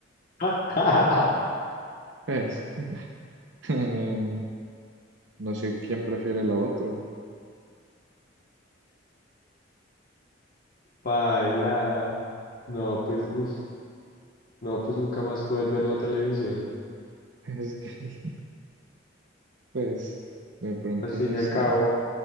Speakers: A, on the left; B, on the right.
A: <laughs>
B: Pues, <laughs> em, no sé quién prefiere lo otro.
A: Paila. No, pues, uf, no, pues nunca más poder ver la televisión.
B: <laughs> Es que... Pues de pronto
A: Al fin
B: no
A: y al
B: sé,
A: cabo,